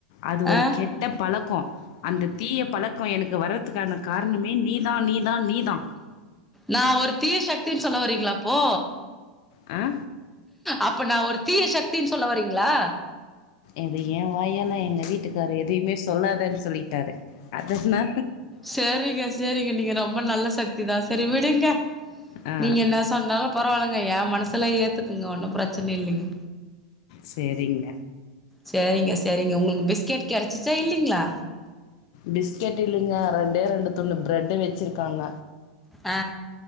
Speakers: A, on the left; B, in the centre.
A: அது ஒரு
B: ஆ
A: கெட்ட பழக்கோ அந்த தீய பழக்கோ எனக்கு வர்றதுக்கான காரணமே நீதா நீதா நீதா
B: நா ஒரு தீய சக்தின் சொல்ல வரீங்ளாப்போ
A: ஹா
B: அப்ப நா ஒரு தீய சக்தின் சொல்ல வறிங்களா
A: எது ஏன் வாயல எங்க வீட்டுக்காரு எதிமே சொல்லாதன்னு சொல்லிடாரு அதுனா
B: சேரிங்க சேரிங்க நீங்க ரொம்ப நல்ல சக்தி தா சரி விடுங்க
A: ஆ
B: நீங்க என்ன பன்னாலு பரவால்லங்க ஏன் மனசுலா ஏத்துக்குங்க ஒன்னு பிரச்சன இல்லங்க
A: செரிங்க
B: சேரிங்க சேரிங்க உங்குளுக்கு பிஸ்கெட் கெடச்சிச்சா இல்லீங்ளா
A: பிஸ்கெட் இல்லீங்க ரெண்டே ரெண்டு துண்ணு பிரெட்டு வெச்சிருக்காங்க
B: ஆ